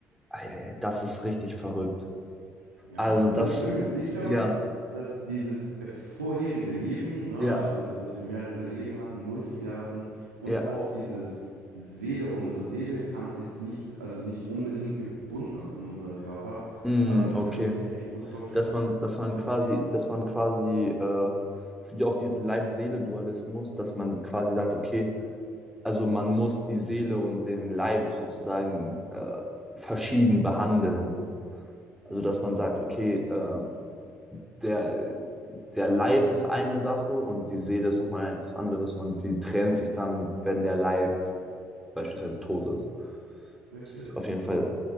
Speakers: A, in the centre; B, on the right (about 85°).
A: Eieiei, das ist richtig verrückt.
B: Ja,
A: Also das,
B: also ich bin mir sicher,
A: ja,
B: dass dieses vorherige Leben, ne,
A: ja,
B: also dass wir mehrere Leben hatten, Multiversen und
A: ja.
B: auch dieses Seele, unsere Seele kann, ist nicht, also nicht unbedingt gebunden an unseren Körper,
A: Mm,
B: ähm,
A: okay.
B: kann ich mir echt gut vorstellen.
A: Dass man, dass man
B: Kann
A: quasi,
B: ich echt.
A: dass man quasi, äh, es gibt ja auch diesen Leib-Seele-Dualismus, dass man quasi sagt, okay, also man muss die Seele und den Leib sozusagen äh, verschieden behandeln. Also
B: Richtig.
A: dass man sagt, okay, äh, der, der Leib ist eine Sache und die Seele ist nochmal etwas anderes und die trennt sich dann, wenn der Leib beispielsweise tot ist.
B: Richtig.
A: Das ist auf jeden Fall